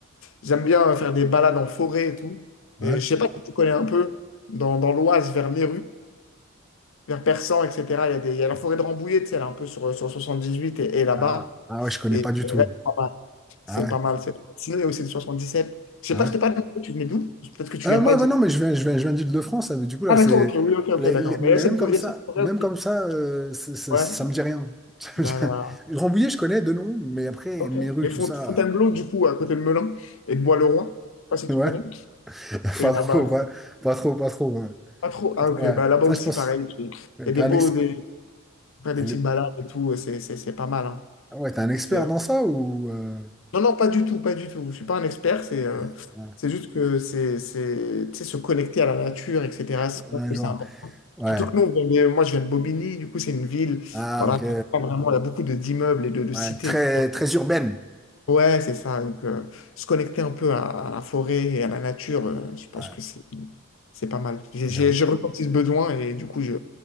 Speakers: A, on the left (about 60°); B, in the centre.
A: j'aime bien faire des balades en forêt et tout.
B: ouais.
A: Et je sais pas si tu connais un peu, dans, dans l'Oise, vers Méru, vers Persan, etc., il y a des, il y a la forêt de Rambouillet, tu sais, elle est un peu sur, sur 78 et, et là-bas.
B: Ah, ah ouais, je connais
A: Et
B: pas du
A: c'est
B: tout.
A: vraiment pas mal. C'est
B: Ah ouais,
A: pas mal. c'est pas mal. Sinon, il y a aussi le 77. Je sais
B: ouais.
A: pas, je t'ai pas dit, tu venais d'où? Peut-être que tu
B: Euh,
A: viens
B: moi,
A: pas d'ici.
B: bah non, mais je viens, je viens, je viens d'Île-de-France. euh, Du coup, là,
A: Ah,
B: c'est.
A: d'accord, ok, oui, ok, ok,
B: les-
A: d'accord.
B: les- Mais
A: Mais il y a cette,
B: même comme
A: il
B: ça,
A: y a cette forêt
B: même
A: aussi.
B: comme ça, euh, ça, ça,
A: Ouais.
B: ça me dit rien. <laughs> Ça
A: là
B: me dit
A: là
B: rien. Rambouillet, je connais de nom, mais après,
A: Ok.
B: mes rues,
A: Et
B: tout
A: Font-
B: ça.
A: Fontainebleau, du coup, à côté de Melun et de Bois-le-Roi, je sais pas si
B: euh,
A: tu
B: Ouais,
A: connais,
B: <laughs>
A: c'est
B: pas
A: là-bas.
B: trop, ouais. Pas trop, pas trop. Ouais.
A: Pas trop.
B: Pas
A: Ah,
B: trop,
A: ok.
B: ouais.
A: Bah, là-bas
B: Ça,
A: aussi,
B: je pense.
A: pareil. Il
B: euh,
A: y a
B: T'es
A: des
B: un,
A: beaux,
B: ex-
A: des, enfin, des
B: euh,
A: petites balades et tout. C'est c'est- c'est pas mal. hein.
B: ouais, t'es un expert
A: C'est, euh,
B: dans ça ou. euh,
A: Non, non, pas du tout, pas du tout. Je suis pas un expert. C'est euh,
B: Ouais, ouais,
A: c'est juste que c'est, c'est, tu sais, se connecter à la nature, etc. Je
B: ouais,
A: pense que
B: je
A: c'est
B: vois.
A: important.
B: Ouais.
A: Surtout que nous, on vient de- moi, je viens de Bobigny. Du coup, c'est une ville.
B: Ah,
A: Voilà,
B: ok.
A: pas vraiment, il y a beaucoup de- d'immeubles et de, de cités.
B: Ouais, très, très urbaine.
A: Ouais, c'est ça. Donc, euh, se connecter un peu à, à la forêt et à la nature, euh, je pense
B: Ouais,
A: que c'est c'est pas mal. J'ai
B: j'avoue.
A: j'ai- j'ai ressenti ce besoin et du coup, je,